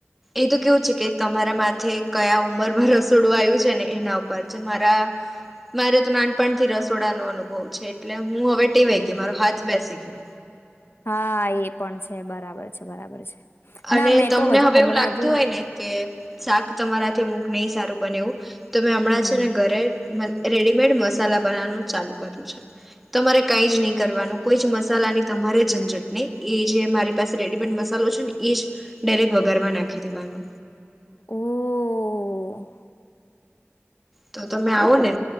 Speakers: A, in the centre; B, on the left (about 60°).
A: એ તો કેવ છે કે.? તમારા માથે કયા ઉંમર માં રસ? છોડવાયું છે ને એના ઉપર જે, મારા મારે તો નાનપણ થી રસ થોડા નો અનુભવ છે. એટલે હું હવે કે વાય કે મારો હાથ બેસી ગયો.
B: હા એ પણ છે. બરાબર છે! બરાબર છે!
A: અને
B: ના મેં
A: તમને
B: તો હજુ
A: હવે
B: હમણાં
A: એવું લાગતું
B: હજુ
A: હોય ને કે, શાક તમારાથી મક નહી સારું બને એવું. તમે હમણાં
B: હમ
A: છે ને ઘરે રેડીમેઈડ મસ્ત. મસાલા બનાવાનું ચાલુ કર્યું. <unintelligible> તમારે કાંઈ જ નહીં કરવાનું. કોઈ જ મસાલા ની તમારે ઝંઝટ નહી. એ જે મારી પાસે રેડીમેડ મસાલો છે ને. એ જ ડાયરેક્ટ વઘારમાં નાખી દેવાનો.
B: ઓહ.
A: તો તમે આવો ને.